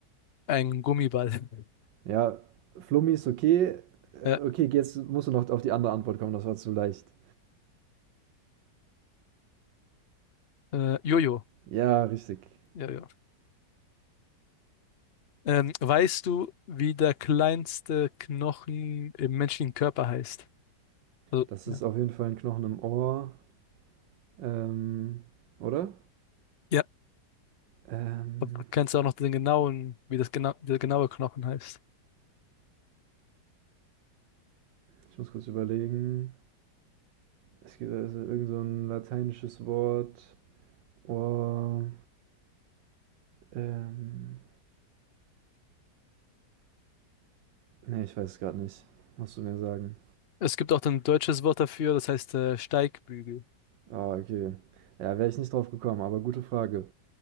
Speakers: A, on the left (about 50°); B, on the right (about 85°).
A: Ein Gummiball. <laughs>
B: Ja, Flummi ist okay. Äh,
A: Ja,
B: Okay, jetzt musst du noch auf die andere Antwort kommen, das war zu leicht.
A: äh, Jojo.
B: Ja, richtig.
A: Ja ja. Ähm, weißt du, wie der kleinste Knochen im menschlichen Körper heißt? Also,
B: Das
A: ja.
B: ist auf jeden Fall ein Knochen im Ohr. Ähm, oder?
A: Ja,
B: Ähm,
A: aber kennst du auch noch den genauen, wie das genau, wie der genaue Knochen heißt?
B: ich muss kurz überlegen. Es gibt also irgend so ein lateinisches Wort. Ohr. Ähm, nee, ich weiß es gerade nicht. Musst du mir sagen.
A: Es gibt auch ein deutsches Wort dafür, das heißt äh, Steigbügel.
B: Ah, okay. Ja, wäre ich nicht drauf gekommen, aber gute Frage.